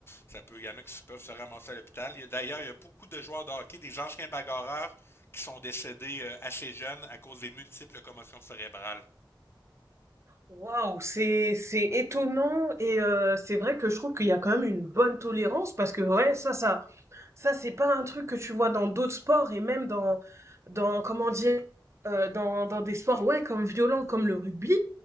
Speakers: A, on the left; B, on the right.
A: ça peut. Il y en a qui se- peuvent se ramasser à l'hôpital. Il y a- D'ailleurs, il y a beaucoup de joueurs de hockey, des anciens bagarreurs, qui sont décédés euh, assez jeunes à cause des multiples commotions cérébrales.
B: waouh, c'est c'est étonnant et heu, c'est vrai que je trouve qu'il y a quand même une bonne tolérance parce que ouais, ça ça Ça, c'est pas un truc que tu vois dans d'autres sports et même dans, dans comment dire, euh, dans, dans des sports, ouais, comme violents, comme le rugby.